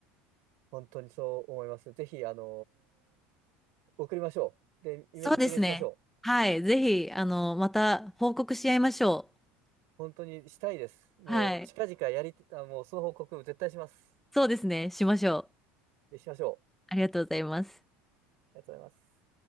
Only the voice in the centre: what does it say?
そうですね。はい。ぜひ、あの、また報告し合いましょう。
はい。
そうですね。しましょう。
ありがとうございます。